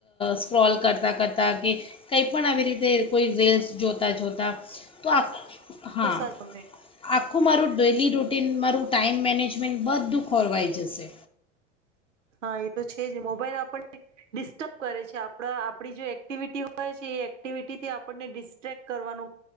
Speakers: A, on the left (about 15°); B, on the right (about 80°).
A: સ્ક્રોલ કરતા કરતા કે કંઈ પણ આવી રીતે કોઈ રીલ્સ જોતા જોતા તો. હા
B: તો સાચમે
A: આખું મારું. ડેલી રૂટીન મારું ટાઈમ મેનેજમેન્ટ બધું ખોરવાઈ જશે.
B: હા એ તો મોબાઈલ આપણને ડિસ્ટર્બ કરે છે આપ આપડી જે એક્ટિવિટી હોય છે એ એક્ટિવિટીથી આપણને ડિસ્ટ્રેક્ટ કરવાનું